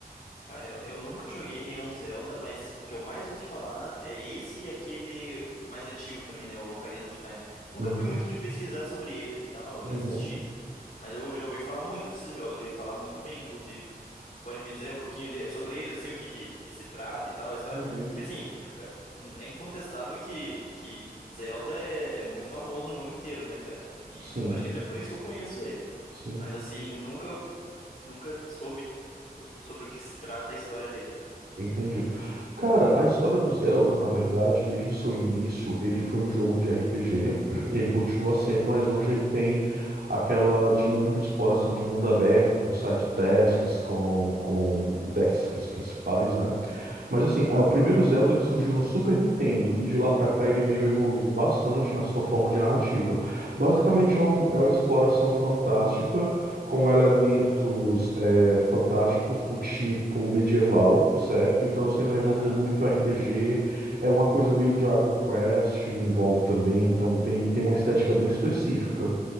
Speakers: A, on the left; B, on the right.
A: Cara, eu, eu nunca joguei nenhum Zelda, mas o que eu mais ouço falar é esse e aquele mais antigo também, né? O Ocarina of Time. Nunca
B: Uhum,
A: fui muito de pesquisar sobre eles e tal,
B: uhum,
A: e assistir, mas eu já ouvi falar muito desses jogos e falar muito bem, inclusive. Você pode me dizer um pouquinho de- sobre eles, assim, o que, que, que se trata e tal, a história?
B: uhum.
A: Que, assim, é é incontestável que, que Zelda é, é muito famoso no mundo inteiro, né, cara? E
B: Sim,
A: eu acho que é até por isso que eu conheço ele.
B: sim.
A: Mas assim, nunca nunca soube o- sobre o que se trata a história dele.
B: Entendido. Cara, a história do Zelda, na verdade, desde o seu início, ele foi um jogo de RPG, <clears throat> ele continua sendo, mas hoje ele tem aquela dinâmica de exploração de mundo aberto, com side tasks, com, com tasks principais, né? Mas assim,
A: Aham,
B: ah, o primeiro Zelda ele surgiu no Super Nintendo e de lá pra cá ele veio evoluindo bastante na sua forma de narrativa. Basicamente é, um- é uma exploração fantástica com elementos eh, fantásticos do tipo medieval, certo? Então você vai envolver
A: aham,
B: muito RPG, é uma coisa meio Dragon Quest, envolve também, então tem, tem uma estética bem específica.